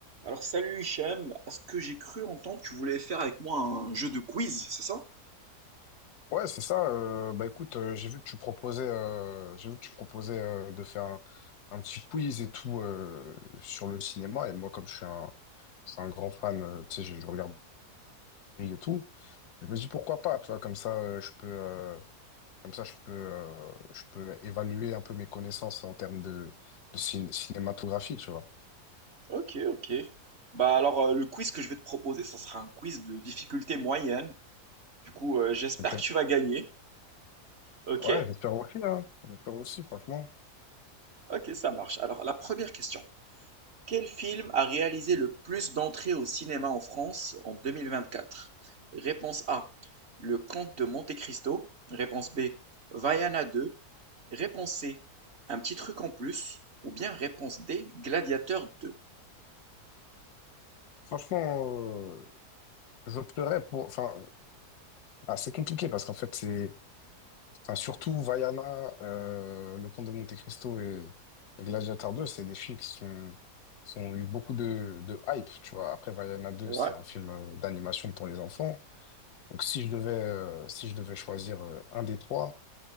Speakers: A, on the right (about 45°); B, on the left (about 80°).
A: Alors salut Hichem, à ce que j'ai cru entendre, tu voulais faire avec moi un jeu de quiz, c'est ça?
B: Ouais, c'est ça. euh, bah écoute, euh, j'ai vu que tu proposais, euh, j'ai vu que tu proposais euh, de faire un, un petit quiz et tout euh, sur le cinéma. Et moi, comme je suis un, je suis un grand fan, euh, tu sais, je, je regarde et tout. Je me dis pourquoi pas, tu vois, comme ça, euh, je peux, euh, comme ça, je peux, euh, je peux évaluer un peu mes connaissances en termes de, de cin- cinématographie, tu vois.
A: Ok, ok. Bah alors euh, le quiz que je vais te proposer, ça sera un quiz de difficulté moyenne. Du coup, euh, j'espère
B: Ok.
A: que tu vas gagner. Ok?
B: Ouais, j'espère aussi, hein. J'espère aussi, franchement.
A: Ok, ça marche. Alors la première question. Quel film a réalisé le plus d'entrées au cinéma en France en deux mille vingt-quatre Réponse A. Le Comte de Monte-Cristo. Réponse B. Vaiana deux. Réponse C. Un petit truc en plus. Ou bien réponse D. Gladiateur deux.
B: Franchement, euh, j'opterais pour. Enfin, ah, c'est compliqué parce qu'en fait, c'est Ah, surtout Vaiana, euh, Le Comte de Monte-Cristo et, et Gladiator 2, c'est des films qui sont, qui ont eu beaucoup de, de hype, tu vois. Après, Vaiana deux,
A: Ouais,
B: c'est un film euh, d'animation pour les enfants. Donc, si je devais, euh, si je devais choisir euh, un des trois,